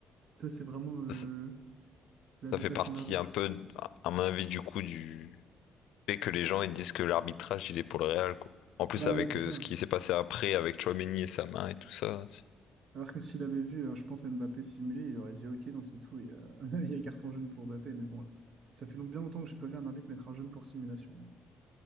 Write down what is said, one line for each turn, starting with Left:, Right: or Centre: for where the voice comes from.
Right: Ça, c'est vraiment euh,
Left: Ça,
Right: la notation
Left: ça fait partie
Right: d'arbitre.
Left: un peu, à mon avis, du coup, du fait que les gens ils disent que l'arbitrage il est pour le Real, quoi. En plus,
Right: Bah,
Left: avec
Right: c'est
Left: euh,
Right: ça.
Left: ce qui s'est passé après avec Tchouaméni et sa main et tout ça. c'est-
Right: Alors que s'il avait vu, euh, je pense, à Mbappé simuler, il aurait dit, OK, non, c'est tout, il y a, <laughs> il y a carton jaune pour Mbappé, mais bon, ça fait long- bien longtemps que j'ai pas vu un arbitre mettre un jaune pour simulation.